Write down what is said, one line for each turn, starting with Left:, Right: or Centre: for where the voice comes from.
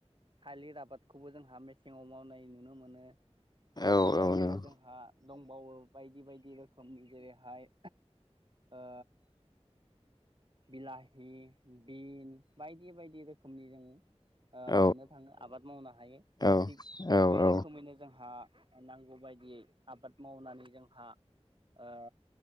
Right: थालिर आबादखौबो जोंहा मेसेंआव मावनाय नुनो मोनो। थिग
Left: औ
Right: बेबादिनो
Left: औ नंगौ
Right: जोंहा दंबावो बायदि बायदि रोखोमनि जेरै हाय ओ बिलाहि बिन बायदि बायदि रोखोमनि जों ओ
Left: औ
Right: मोननो थाङो आबाद मावनो हायो
Left: औ
Right: थिग
Left: औ
Right: बे
Left: औ
Right: रोखोमैनो जोंहा नांगौ बायदियै आबाद मावनानै जोंहा ओ